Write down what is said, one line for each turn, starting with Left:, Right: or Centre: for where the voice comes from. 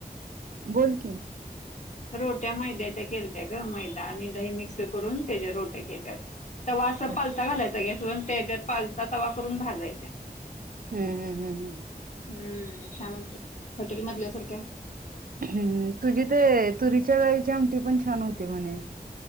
Right: बोलकि
Left: रोट्या मैद्याच्या केलत्या ग मैदा आणि दही मिक्स करून त्याच्या रोट्या केल्यात तवा असा
Right: अच्छा
Left: पालता घालायचा गॅसवरून त्याच्यात पालता तवा करून भाजयचा
Right: हम्म हम्म हम्म
Left: हम्म छान होते हॉटेलमधल्यासारख्या होत्या
Right: हम् तुझी ते तुरीच्या डाळीची आमटी पण छान होती म्हणे